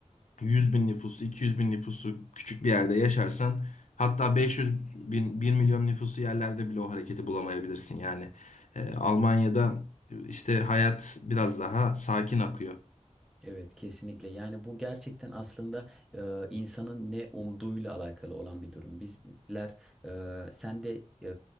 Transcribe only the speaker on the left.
100 bin nüfusu, 200 bin nüfusu küçük bir yerde yaşarsan hatta 500 bin, bir milyon nüfusu yerlerde bile o hareketi bulamayabilirsin. Yani e, Almanya'da e, işte hayat biraz daha sakin akıyor.